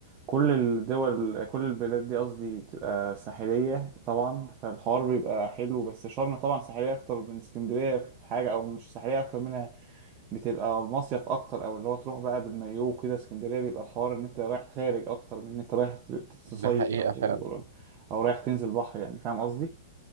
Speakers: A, on the right; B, on the right.
A: كل الدول كل البلاد دي قصدي بتبقى ساحلية طبعا فالحوار بيبقى حلو بس شرم طبعا ساحلية أكتر من اسكندرية في حاجة أو مش ساحلية أكتر منها بتبقى مصيف أكتر أو اللي هو تروح بقى بالمايو كده اسكندرية بيبقى الحوار إن أنت رايح خارج أكتر من إن أنت رايح تصيف
B: ده حقيقة
A: أو
B: فعلا
A: أو رايح تنزل بحر يعني فاهم قصدي؟